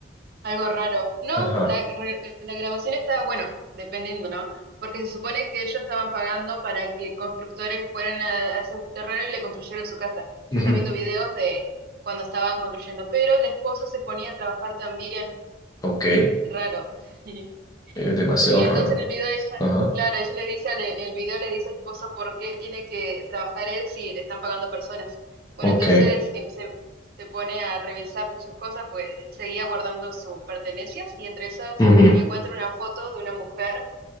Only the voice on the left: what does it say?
Ajá.
Ujú.
Ok.
Es demasiado
raro.
Ajá.
Ok.
Ujú.